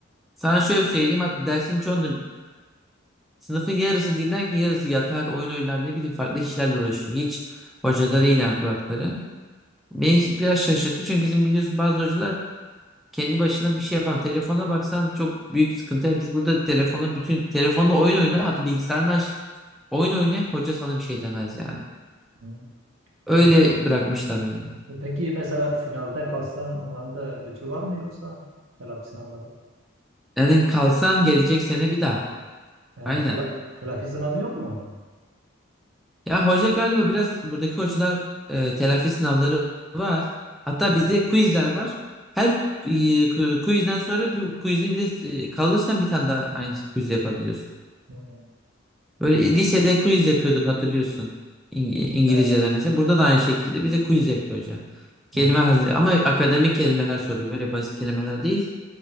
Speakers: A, in the centre; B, on the right (about 70°).
A: sana şöyle söyleyeyim hatta dersin çoğunu Sınıfın yarısı dinlerken yarısı yatar, oyun oynar, ne bileyim farklı işlerle uğraşıyor. Hiç hocada
B: Hı.
A: değil yani kulakları. Beni biraz şaşırttı çünkü bizim biliyorsun bazı hocalar kendi başına bir şey yapan. Telefona baksan çok büyük sıkıntı. Yani biz burada telefonu bütün telefonda oyun oyna hatta bilgisayardan aç, oyun oyna hoca sana bir şey demez yani.
B: Hı.
A: Öyle
B: E, pe-
A: bırakmışlar öyle.
B: E peki mesela finalde kalsan onların da bütü var mı yoksa telafi sınavları?
A: Yani kalsan gelecek sene bir daha.
B: E,
A: Aynen.
B: tela, telafi sınavı yok mu?
A: Ya hoca galiba biraz buradaki hocalar e, telafi sınavları var. Hatta
B: E,
A: bizde quizler var. Her e, ku- quizden sonra bu quizin bir de e, kalırsan bir tane daha aynı quiz yapabiliyorsun.
B: hmm,
A: Böyle lisede quiz yapıyorduk hatırlıyorsun. İng İngilizce'de
B: evet.
A: mesela. Burada da aynı şekilde bize quiz yapıyor hoca. Kelime
B: hmm,
A: hazır ama akademik kelimeler soruyor. Böyle basit kelimeler değil.